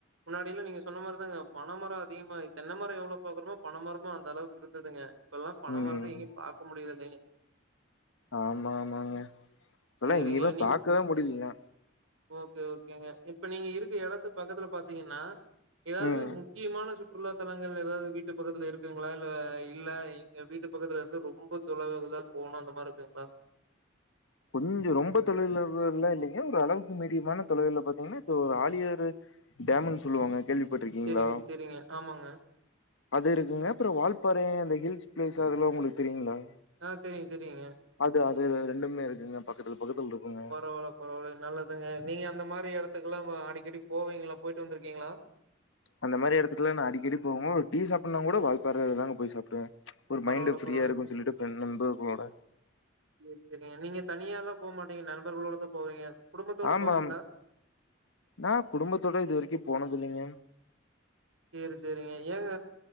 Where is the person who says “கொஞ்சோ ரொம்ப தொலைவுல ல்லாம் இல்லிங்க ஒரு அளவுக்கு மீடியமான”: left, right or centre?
Left